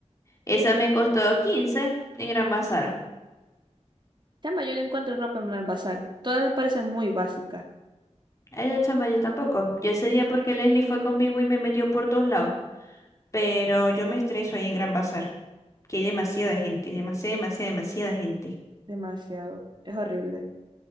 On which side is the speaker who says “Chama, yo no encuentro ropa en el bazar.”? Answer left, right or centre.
Right